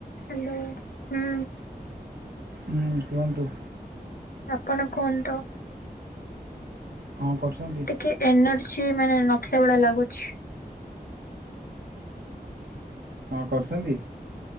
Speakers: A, on the left; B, on the right.
A: Hello ହୁଁ।
B: ହୁଁ କୁହନ୍ତୁ।
A: ଆପଣ କୁହନ୍ତୁ?
B: କଣ କରୁଛନ୍ତି?
A: ଟିକେ ଏନର୍ଜି ମାନେ ନଥିଲା ଭଳିଆ ଲାଗୁଛି।
B: କଣ କରୁଚନ୍ତି?